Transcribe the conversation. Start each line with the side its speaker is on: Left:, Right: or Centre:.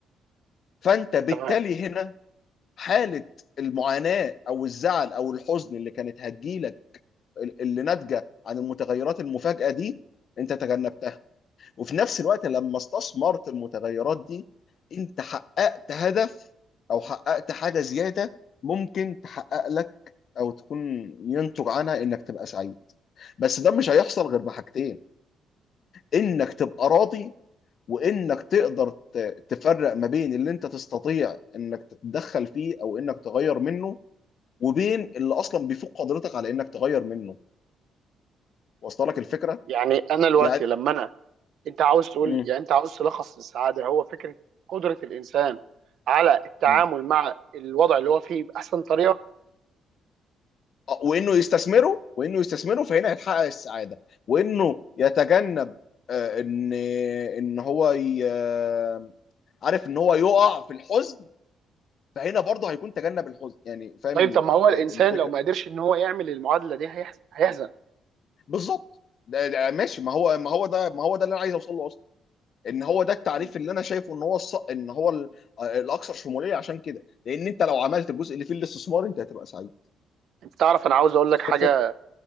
Left: فانت بالتالي
Right: تمام
Left: هنا حالة المعاناة أو الزعل أو الحزن اللي كانت هتجيلك اللي ناتجة عن المتغيرات المفاجئة دي أنت تجنبتها وفي نفس الوقت لما استثمرت المتغيرات دي أنت حققت هدف أو حققت حاجة زيادة ممكن تحقق لك أو تكون ينتج عنها إنك تبقى سعيد بس ده مش هيحصل غير بحاجتين إنك تبقى راضي وانك تقدر ت- تفرق ما بين اللي انت تستطيع انك تتدخل فيه او انك تغير منه وبين اللي اصلا بيفوق قدرتك على انك تغير منه واصله لك الفكره
Right: يعني انا دلوقتي
Left: يعني
Right: لما انا انت عاوز تقول
Left: مم.
Right: يعني انت عاوز تلخص السعاده هو فكره قدره الانسان على التعامل
Left: مم.
Right: مع الوضع اللي هو فيه باحسن طريقه
Left: آه، وانه يستثمره وانه يستثمره فهنا هيتحقق السعاده وانه يتجنب آه، ان ان هو ي... آه، عارف ان هو يقع في الحزن فهنا برضه هيكون تجنب الحزن يعني فاهم
Right: طيب
Left: ال-
Right: طب ما هو الانسان
Left: آه، الفكره
Right: لو ما قدرش ان هو يعمل المعادله دي هيحز- هيحزن
Left: بالظبط ده ده ماشي ما هو ما هو ده ما هو ده اللي انا عايز اوصل له اصلا ان هو ده التعريف
Right: مم.
Left: اللي انا شايفه ان هو الص... ان هو ال- الاكثر شموليه عشان كده لان انت لو عملت الجزء اللي فيه الاستثمار انت هتبقى سعيد
Right: انت تعرف انا عاوز اقول لك
Left: فاهم
Right: حاجه
Left: الفكره